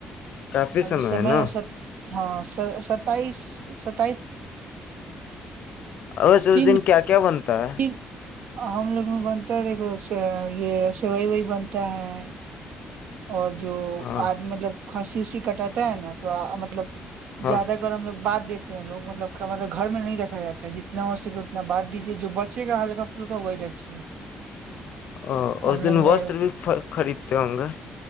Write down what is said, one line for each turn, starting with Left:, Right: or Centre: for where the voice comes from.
Left: کافی
Right: ابھی سمے
Left: ہے نا
Right: س ہاں ستائیس <inaudible> سک
Left: اس اس
Right: تین
Left: دن کیا کیا بنتا کتا
Right: دن ہم لوگ میں بنتا ہے دیکھو یہ سوئی وائی بنتا ہے اور جو
Left: ہاں
Right: آج مطلب کھانسی وسی کٹاتا ہے نا تو مطلب
Left: ہاں
Right: زیادہ کر ہم لوگ بعد دیتے ہیں لوگ مطلب مطلب گھر میں نہیں رکھا جاتا ہے جتنا ہو سکے اتنا بعد دیجیے جو بچے گا ہلکا پھلکا وہی رکھیے
Left: ا اس
Right: ہم لوگ
Left: دن
Right: میں
Left: وستر بھی خریدتے ہوں گے